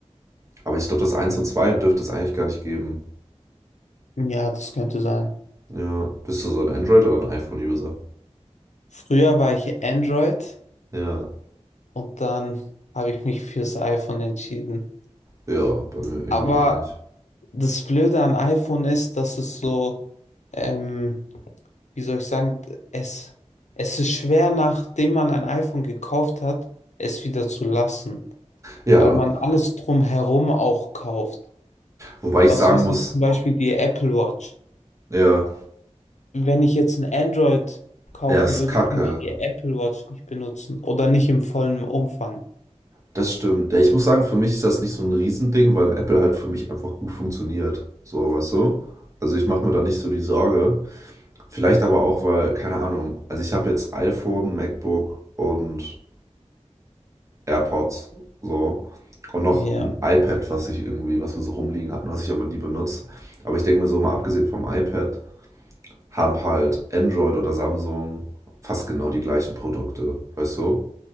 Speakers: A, on the right (about 25°); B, on the left (about 80°).
A: Aber ich glaube, das eins und 2 dürfte es eigentlich gar nicht geben.
B: Ja, das könnte sein.
A: Ja. Bist du so ein Android- oder ein iPhone-User?
B: Früher war ich Android
A: Ja.
B: und dann habe ich mich fürs iPhone entschieden.
A: Ja, bei mir irgendwie
B: Aber
A: ähnlich.
B: das Blöde an iPhone ist, dass es so, ähm, wie soll ich sagen, es, es ist schwer, nachdem man ein iPhone gekauft hat, es wieder zu lassen.
A: Ja,
B: weil man alles drumherum auch kauft.
A: wobei ich
B: Was
A: sagen
B: weiß
A: muss,
B: ich, zum Beispiel die Apple Watch.
A: ja,
B: Wenn ich jetzt ein Android kaufen
A: ja, ist
B: würde,
A: kacke.
B: könnte ich die Apple Watch nicht benutzen oder nicht im vollen Umfang.
A: Das stimmt. Ja, ich muss sagen, für mich ist das nicht so ein Riesending, weil Apple halt für mich einfach gut funktioniert. So, weißt du? Also ich mache mir da nicht so die Sorge. Vielleicht aber auch, weil, keine Ahnung, also ich habe jetzt iPhone, MacBook und AirPods. So. Und noch
B: Ja,
A: ein iPad, was ich irgendwie, was wir so rumliegen hatten, was ich aber nie benutze. Aber ich denke mir so, mal abgesehen vom iPad, haben halt Android oder Samsung fast genau die gleichen Produkte, weißt du?